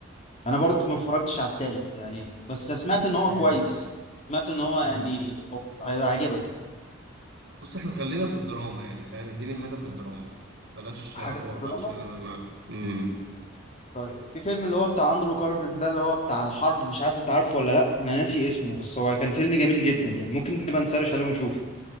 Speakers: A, on the left (about 30°); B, on the right (about 55°).
A: انا برضو ما اتفرجتش على التالت يعني بس سمعت ان هو
B: امم
A: كويس سمعت ان هو يعني
B: امم
A: هيعجبك
B: بص احنا خلينا في الدراما يعني فاهم اديني حاجة في الدراما بلاش
A: حاجه
B: الرعب
A: في الدراما
B: عشان انا ما امم
A: طيب في فيلم اللي هو بتاع اندرو كارفيت ده اللي هو بتاع الحرب مش عارف انت عارفه ولا لا انا ناسي اسمه بس هو كان فيلم جميل جدا يعني ممكن نبقى نسرش عليه ونشوفه